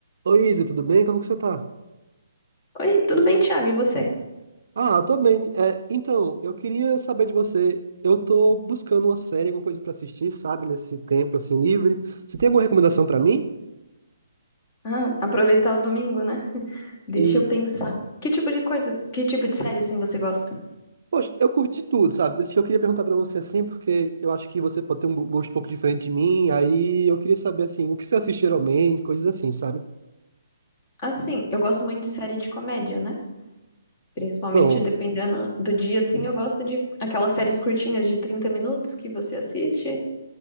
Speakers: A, on the right; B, on the left.
A: Oi, Isa, tudo bem? Como que você tá?
B: Oi, tudo bem, Thiago? E você?
A: Ah, eu tô bem. É, então, eu queria saber de você. Eu tô buscando uma série, alguma coisa pra assistir, sabe? Nesse tempo, assim, livre. Você tem alguma recomendação pra mim?
B: Ah, aproveitar o domingo, né? <laughs> Deixa
A: Isso.
B: eu pensar. Que tipo de coisa, que tipo de série assim você gosta?
A: Poxa, eu curti tudo, sabe? Por isso que eu queria perguntar pra você, assim, porque eu acho que você pode ter um gosto um pouco diferente de mim. Aí eu queria saber, assim, o que você assiste geralmente, coisas assim, sabe?
B: Assim, eu gosto muito de série de comédia, né? Principalmente
A: Pronto.
B: dependendo do dia, assim, eu gosto de aquelas séries curtinhas de 30 minutos que você assiste,